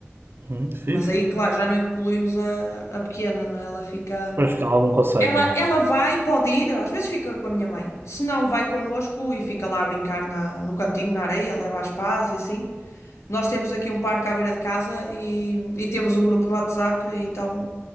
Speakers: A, on the right; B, on the left.
A: Hum, fixe.
B: Mas aí, claro, já não incluímos a, a pequena, não é? Ela fica.
A: Pois que ela não consegue,
B: Ela,
A: não
B: ela
A: é?
B: vai, pode ir, às vezes fica com a minha mãe. Se não, vai connosco e fica lá a brincar na- no cantinho, na areia, leva as pás e assim. Nós temos aqui um parque à beira de casa e, e temos um grupo no WhatsApp, e então,